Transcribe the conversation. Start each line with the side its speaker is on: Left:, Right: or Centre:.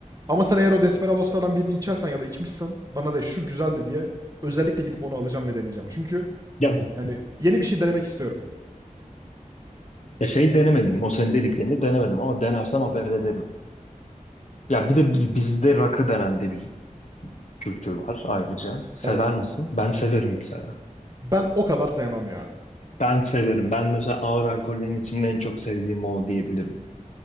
Right: Ama sen eğer o Desperados'lardan birini içersen ya da içmişsen bana de şu güzeldi diye özellikle gidip onu alacağım ve deneyeceğim. Çünkü
Left: Ya,
Right: yani yeni bir şey denemek istiyorum.
Left: ya şey denemedim. O senin dediklerini denemedim ama denersem haber ederim. Ya bir de bi- bizde rakı denen de bir kültür var ayrıca. Sever
Right: Evet.
Left: misin? Ben severim mesela.
Right: Ben o kadar sevmem ya.
Left: Ben severim. Ben mesela ağır alkollerin içinde en çok sevdiğim o diyebilirim.